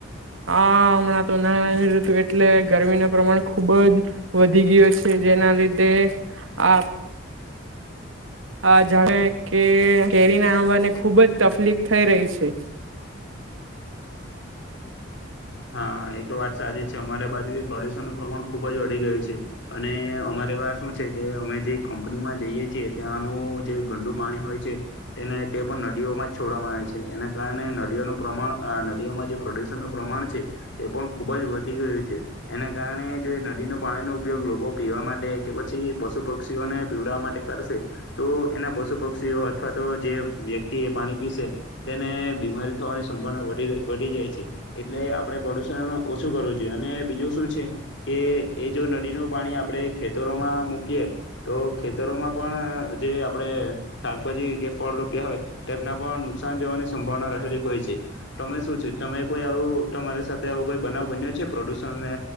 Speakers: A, on the right; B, on the left.
A: હ હમણાં તો નાણાની ઋતુ એટલે ગરમી ન પ્રમાણ ખુબ જ વધી ગયો છે જેના લીધે આ આ જાણે કે કેરીના આંબાને ખુબ જ તકલીફ થઈ રહી છે.
B: હા એ તો વાત સારી છે અમારે બાજુ બી પ્રદુષણનું પ્રમાણ ખુબ જ વધી ગયું છે અને અમારે પા શું છે કે અમે જે કંપનીમાં જઈએ છીએ ત્યાંનું જે ગંડુ પાણી હોય છે તેને તે પણ નદીઓમાં જ છોડવામાં આવે છે એના કારણે નળઓનું પ્રમાણ નળઓમાં જે પ્રદ્યુષણનું પ્રમાણ તે પણ ખૂબ જ વધી ગયું છે એના કારણે જો નદીનો પાણીનો ઉપયોગ લોકો પીવા માટે કે પછી પશુ પક્ષીઓને પીવડવા માટે કરશે તો એના પશુ પક્ષીઓ અથવા તો જે વ્યક્તિ એ પાણી પીસે તેને બીમારી થવાની સંભાવના વધી જાય છે એટલે આપણે પ્રદુષણ ઓછું કરવું જોઈએ અને બીજું શું છે કે એ જો નદીનું પાણી આપણે ખેતરોમાં મૂકીએ તો ખેતરોમાં પણ જે આપણે શાકભાજી કે ફળ રોપ્યા હોય તેમના પણ નુકસાન જવાની સંભાવના રહેલી હોય છે તમે શું છે તમે કોઈ આવું તમારી સાથે આવો કોઈ બનાવ બન્યો છે પ્રોદુસણને